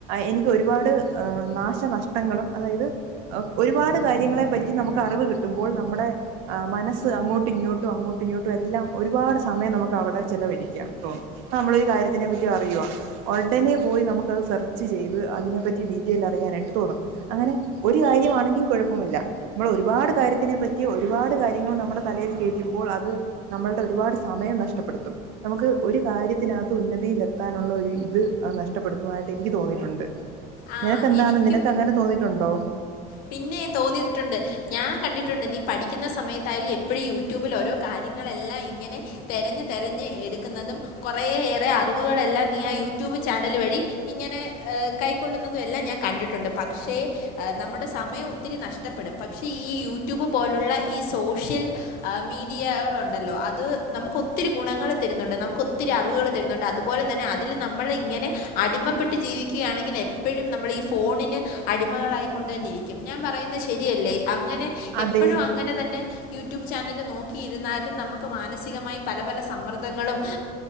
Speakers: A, on the right; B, on the left.
A: എനിക്ക് ഒരുപാട് നാശനഷ്ടങ്ങളും അതായത് ഒരുപാട് കാര്യങ്ങളെ പറ്റി നമുക്ക് അറിവ് കിട്ടുമ്പോൾ നമ്മുടെ മനസ് അങ്ങോട്ടും ഇങ്ങോട്ടും അങ്ങോട്ടും ഇങ്ങോട്ടും എല്ലാം ഒരുപാട് സമയം നമുക്ക് അവിടെ ചെലവഴിക്കാം തോന്നും അപ്പ നമ്മളൊ ഒരു കാര്യത്തിനെ പറ്റി അറിയുക ഉടനെ പോയി നമുക്ക്ത് സെർച്ച് ചെയ്ത് അതിനെപ്പറ്റി ഡീറ്റെയിൽ അറിയാനായിട്ട് തോന്നും അങ്ങനെ ഒരു കാര്യമാണെങ്കിൽ കുഴപ്പമില്ല നമ്മൾ ഒരുപാട് കാര്യത്തിനെ പറ്റി ഒരുപാട് കാര്യങ്ങൾ നമ്മുടെ തലയിൽ കയറ്റുമ്പോൾ അത് നമ്മളുടെ ഒരുപാട് സമയം നഷ്ടപ്പെടുത്തും നമുക്ക് ഒരു കാര്യത്തിനകത്ത് ഉന്നതിൽ എത്താനുള്ള ഒരു ഇത്ത് നഷ്ടപ്പെടുത്തുംായിട്ട് എനിക്ക് തോന്നിയിട്ടുണ്ട്
B: ആ
A: നിനക്ക് എന്താണ്
B: എനിക്കും
A: നിനക്ക് അങ്ങനെ തോന്നിട്ടുണ്ടോ
B: പിന്നെ തോന്നിയിട്ടുണ്ട് ഞാൻ കണ്ടിട്ടുണ്ട് നീ പഠിക്കുന്ന സമയത്തായാലും എപ്പോഴും യൂട്യൂബിൽ ഓരോ കാര്യങ്ങളെല്ലാം ഇങ്ങനെ തതിരഞ് തിരഞ്ഞ് എടുക്കുന്നതും കുറയേറെ അറിവുകളെല്ലാം നീ ആ യൂട്യൂബ് ചാനൽ വഴി ഇങ്ങനെ കൈക്കൊള്ളുന്നതും എല്ലാം ഞാൻ കണ്ടിട്ടുണ്ട് പക്ഷേ നമ്മുടെ സമയം ഒത്തിരി നഷ്ടപ്പെടും പക്ഷേ ഈ യൂട്യൂബ് പോലുള്ള ഈ സോഷ്യൽ മീഡിയകളുണ്ട് ഉണ്ടല്ലോ അത് നമുക്ക് ഒത്തിരി ഗുണങ്ങൾ തരുന്നുണ്ട് നമുക്ക് ഒത്തിരി അറിവുകൾ തരുന്നുണ്ട് അതുപോലെ തന്നെ അതിൽ നമ്മൾ ഇങ്ങനെ അടിമപ്പെട്ട് ജീവിക്കുകയാണെങ്കിൽ എപ്പോഴും നമ്മൾ ഈ ഫോണിന് അടിമകളായിക്കൊണ്ട് തന്നെ ഇരിക്കും ക്കും ഞാൻ പറയുന്നത് ശരിയല്ലേ അങ്ങനെ എപ്പോഴും
A: അതെ
B: അങ്ങനെ തന്നെ യൂട്യൂബ് ചാനല് നോക്കിയിരുന്നാലും നമുക്ക് മാനസികമായി പല പല സമ്മർദ്ദങ്ങളും